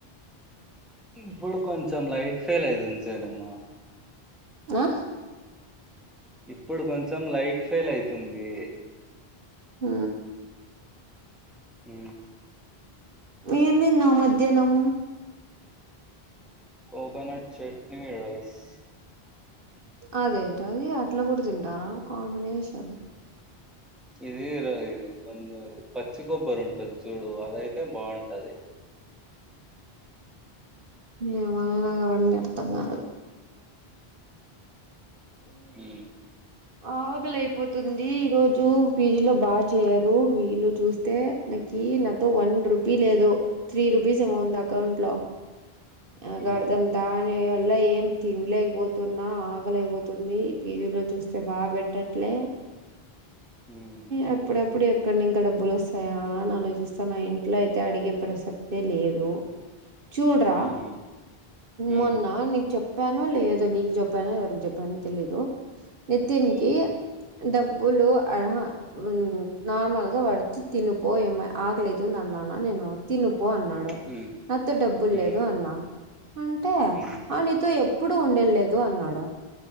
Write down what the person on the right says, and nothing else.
ఆ
ఊ
ఏమి తిన్నావ్ మధ్యాహ్నం
అదేంటి అది అట్లా కూడా తింటారా కాంబినేషన్
ఏమో అండి నాకు అవన్నీ అర్థం కాదు
ఆకలియిపోతుంది ఈ రోజు పీజీ లో బాగా చేయరు వీళ్ళు చూస్తే కి నాతో వన్ రూపీ లేదు త్రీ రూపీస్ ఏమో ఉంది అకౌంట్లో ఆ
గర్దం తానే ఇగ ల్ల ఏం తినలేకపోతున్నా అకలైపోతుంది పీజీ లో చూస్త స్తే బాగా పెట్టట్లే
ఏప్పుడప్పుడు కొన్ని ఇంకా డబ్బులు వస్తాయా అని ఆలోచిస్తాన్న ఇంట్లో అయితే అడిగే ప్రసక్తే లేదు చూడరా
మొన్న నీకు చెప్పానా లేదో నీకు చెప్పు చెప్పానో ఎవరు చెప్పానో తెలిదు నితిన్ కి
డబ్ బులు ఆహా ఉ నార్మల్గా వాడు వచ్చి తినుపో ఏమ ఆకలి అయితుంది అన్నాన నేను తినుపో అన్నాడు
నాతో డబ్బులు
లేదు అన్నా అంటే
ఆ నీతో ఎప్పుడు ఉండేలేదు అన్నాడు